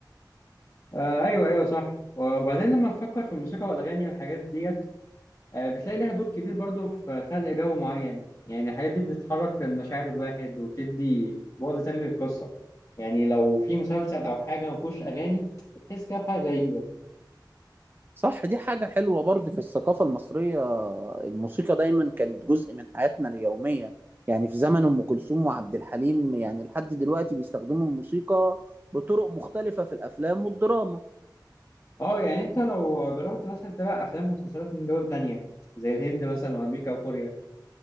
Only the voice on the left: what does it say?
آه ايوه ايوه صح وبعدين لما نفكر في الموسيقى والاغاني والحاجات ديت آه، بتلاقي ليها دور كبير برضو في خلق جو معين يعني الحاجات دي بتحرك المشاعر الواحد وبتدي بعد تاني للقصة يعني لو في مسلسل أو حاجة ما فيهوش أغاني بتحس كده بحاجة غريبة
اه يعني انت لو جربت مثلا تتابع أفلام ومسلسلات من دول تانية زي الهند مثلا وأمريكا وكوريا